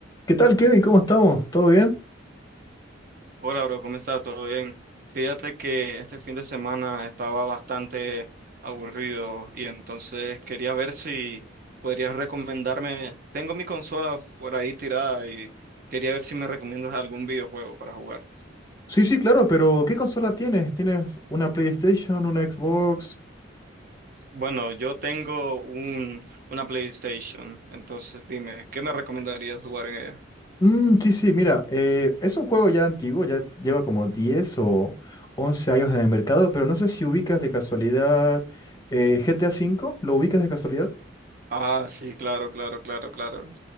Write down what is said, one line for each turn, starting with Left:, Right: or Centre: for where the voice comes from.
Left: ¿Qué tal, Kevin? ¿Cómo estamos? ¿Todo bien?
Right: Hola, bro, ¿cómo estás? ¿Todo bien? Fíjate que este fin de semana estaba bastante aburrido y entonces quería ver si podrías recomendarme. Tengo mi consola por ahí tirada y quería ver si me recomiendas algún videojuego para jugar.
Left: Sí, sí, claro, pero ¿qué consola tienes? ¿Tienes una PlayStation, una Xbox?
Right: Bueno, yo tengo un, una PlayStation, entonces dime, ¿qué me recomendarías jugar en ella?
Left: Mm, sí, sí, mira, eh, es un juego ya antiguo, ya lleva como diez o once años en el mercado, pero no sé si ubicas de casualidad eh, GTA V, ¿lo ubicas de casualidad?
Right: Ah, sí, claro, claro, claro, claro.